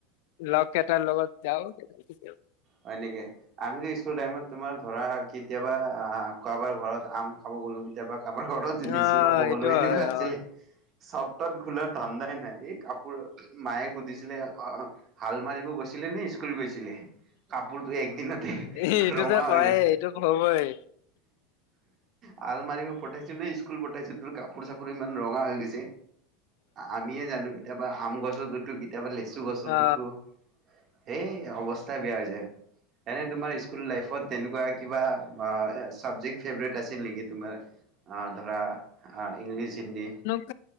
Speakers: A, on the left; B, on the right.
A: লগ কেইটাৰ লগত যাওঁ।
B: হয় নকি? আমি যে স্কুল টাইমত তোমাৰ ধৰা কেতিয়াবা আ-কাৰবাৰ ঘৰত আম খাব গ'লো, কেতিয়াবা কাৰোবাৰ ঘৰত লিচু
A: অ
B: খাব গ'লো
A: এইটো
B: এনেকুৱা
A: হয়
B: আছিলে,
A: অ
B: <unintelligible> ধান্দাই নাই, এই কাপ পোৰ, মায়ে সুধিছিলে, অ'-হাল মাৰিব গৈছিলে নে স্কুল গৈছিলে? কাপোৰটো একদিনতে
A: এইটোতো
B: ৰঙা
A: কয়
B: হৈ গৈছিল।
A: এইটো হ'বই
B: হাল মাৰিব পঠাইছোঁ ন স্কুল পঠাইছোঁ তোৰ কাপ কাপোৰ-চাপোৰ ইমান ৰঙা হৈ গৈছে, আমিহে জানো কেতিয়াবা আম গছত উঠোঁ, কেতিয়াবা লেচু চু গছত
A: অ
B: উঠোঁ, এই অৱস্থা বেয়া হৈ যায়। এনেই তোমাৰ স্কুল লাইফত তেনেকুৱা কিবা আ-চাবজেক্ট ফেভৰেট আছিল নেকি তোমাৰ? অ', ধৰা, অ' ইংলিছ, হিন্দী
A: এ